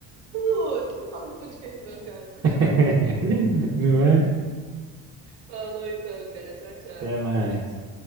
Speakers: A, on the right (about 80°); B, on the right (about 30°).
A: Putz, não fala de podcast não, cara. Sacanagem.
B: <laughs> não é?
A: Falou então, cara. Tchau, tchau.
B: Até mais.